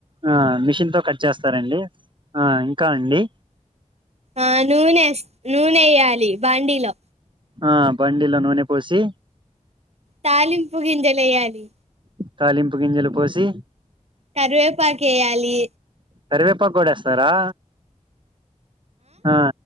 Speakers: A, on the right; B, on the right.
A: ఆ మిషన్ తో కట్ చేస్తారా అండి? ఆ ఇంకా అండి.
B: ఆ నూనె వేయాలి బాండీలో
A: ఆ బాండీ లో నూనె పోసి
B: తాలింపు గింజెలేయ్యాలి.
A: తాలింపు గింజలు పోసి
B: కరివేపాకు వేయాలి
A: కరివేపాకు కూడా వేస్తారా ఆ